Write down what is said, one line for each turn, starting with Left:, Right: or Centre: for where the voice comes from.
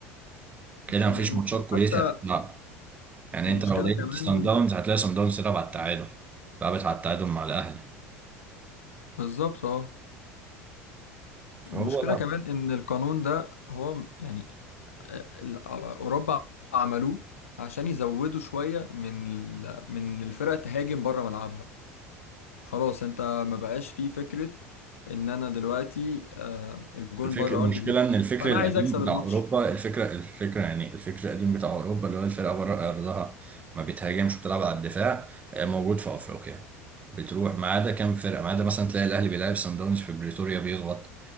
Right: كده مفيش
Left: المشكلة
Right: ماتشات كويسه
Left: حتى
Right: هتتلعب يعني
Left: المشكلة
Right: انت لو لقيت
Left: كمان
Right: سان داونز هتلاقي سان داونز تلعب على التعادل لعبت على التعادل مع الاهلي
Left: بالظبط اه
Right: فهو
Left: المشكلة
Right: لا
Left: كمان ان القانون ده هو م- يعني ال- اوروبا عملوه عشان يزودوا شويه من ال- من الفرق تهاجم بره ملعبها خلاص انت ما بقاش فيه فكره ان انا دلوقتي آه، الجون
Right: الفكرة
Left: بره
Right: المشكلة
Left: ارضي بيتنين
Right: إن الفكر
Left: فانا
Right: القديم
Left: عايز اكسب
Right: بتاع
Left: الماتش
Right: أوروبا الفكرة الفكرة يعني الفكر القديم بتاع أوروبا اللي هو الفرقة بره أرضها ما بتهاجمش بتلعب على الدفاع آه، موجود في أفريقيا بتروح ما عدا كام فرقة ما عدا مثلا تلاقي الأهلي بيلعب سان داونز في بريتوريا بيضغط